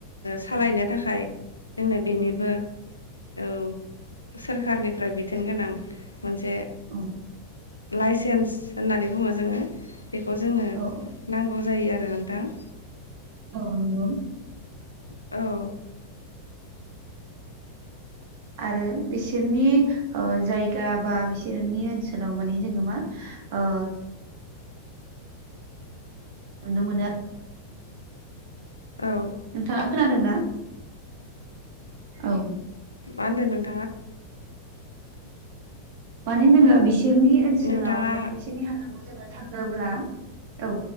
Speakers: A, on the left; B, on the right.
A: सालायनो थाखाय जोंनो बेनिबो औ सोरखारनिफ्राय बिथोन गोनां मोनसे
B: औ
A: लाइसेन्स होननानै बुङो जोङो बेखौ जोंनो
B: औ
A: नांगौ जायो आरो नोंथां
B: औ नंगौ
A: औ
B: आरो बिसोरनि जायगा बा बिसोरनि ओनसोलाव माने जोङो मा ओ नुनो मोनो
A: औ
B: नोंथाङा खोनादोंना औ
A: मा होनदों नोंथाङा
B: माने जोङो बिसोरनि ओनसोलाव
A: नोंथाङा
B: माने बिसोर बिनि हालामाव जोंना थाङोब्ला औ